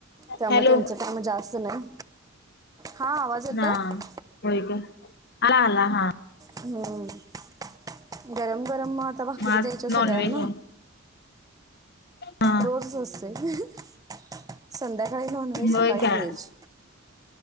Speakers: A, on the right; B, on the left.
A: त्यामुळे
B: हॅलो
A: त्यांचं काम जास्त नाही. हा आवाज येत
B: हा
A: आहे
B: हो का आला हा
A: हम्म गरम- गरम मग आता भाकरी
B: आज
A: द्यायच्या सगळ्यांना
B: नॉनव्हेज आहे. हा
A: रोज सते <unintelligible> संध्याकाळी नॉन व्हेज सकाळी
B: होय काय?
A: व्हेज